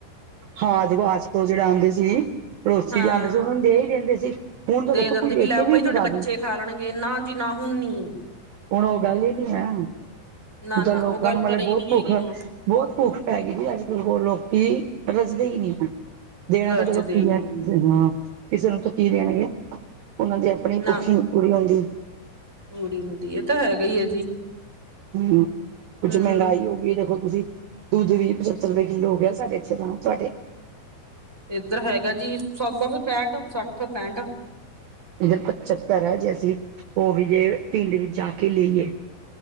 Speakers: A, on the right; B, in the centre.
A: ਹਾਂ ਜਦੋ ਆਸ ਪੜੋਸੀ ਜਿਹੜੇ ਆਉਂਦੇ ਸੀ ਪੜੋਸੀ
B: ਹਾਂ
A: ਵੀ ਆਉਂਦੇ ਸੀ ਉਹਨਾਂ ਨੂੰ ਦੇ ਹੀ ਦਿੰਦੇ ਸੀ। ਹੁਣ ਤਾਂ ਦੇਖੋ
B: ਦਿੰਦੇ
A: ਕੋਈ ਦੇ
B: ਲੈ
A: ਕੇ ਵੀ
B: ਭਾਈ
A: ਨੀ
B: ਤੁਹਾਡੇ
A: ਰਾਜੀ।
B: ਬੱਚੇ ਖਾ ਲੈਣਗੇ ਨਾ ਜੀ ਨਾ ਹੁਣ ਨੀ।
A: ਹੁਣ ਉਹ ਗੱਲ ਹੀ ਨੀ ਹੈਣ
B: ਨਾ ਨਾ
A: ਤਾਂ ਲੋਕਾਂ
B: ਉਹ ਗੱਲ
A: ਨੂੰ ਮਤਲਬ
B: ਤਾਂ ਰਹੀ
A: ਬਹੁਤ
B: ਨੀ
A: ਭੁੱਖ।
B: ਹੈਗੀ ਹੁਣ
A: ਬਹੁਤ ਭੁੱਖ ਪੈ ਗਈ ਜੀ ਅੱਜ ਕੱਲ ਹੁਣ ਲੋਕੀ ਰਜਦੇ ਹੀ ਨਹੀਂ ਹੈ। ਦੇਣਾ
B: ਰੱਜ
A: ਤਾਂ ਚਲੋ
B: ਦੇ
A: ਕੀ
B: ਨੀ
A: ਹੈ ਹਾਂ ਕਿਸੇ ਨੂੰ ਤਾਂ ਕੀ ਦੇਣਗੇ ਉਹਨਾਂ ਦੇ। ਆਪਣੀ
B: ਨਾ
A: ਭੁੱਖ ਹੀ ਨੀ ਪੂਰੀ ਹੁੰਦੀ।
B: ਪੂਰੀ ਹੁੰਦੀ ਇਹ ਤਾਂ ਹੈਗਾ ਹੀ ਹੈ ਜੀ।
A: ਹਮ ਕੁੱਛ
B: ਹਮ
A: ਮਹਿੰਗਾਈ ਹੋ ਗਈ ਹੈ ਦੇਖੋ ਤੁਸੀਂ। ਦੁੱਧ ਵੀ ਸੱਤਰ ਰੁਪਏ ਕਿੱਲੋ ਹੋ ਗਿਆ ਸਾਡੇ ਇੱਥੇ ਤਾਂ ਤੁਹਾਡੇ?
B: ਇੱਧਰ ਹੈਗਾ ਜੀ ਸਠ ਪੈਂਠ ਸੱਠ ਪੈਂਠ।
A: ਇੱਧਰ ਪਚੱਤਰ ਹੈ ਜੇ ਅਸੀਂ ਉਹ ਵੀ ਜੇ ਪਿੰਡ ਵਿੱਚ ਜਾ ਕੇ ਲਈਏ।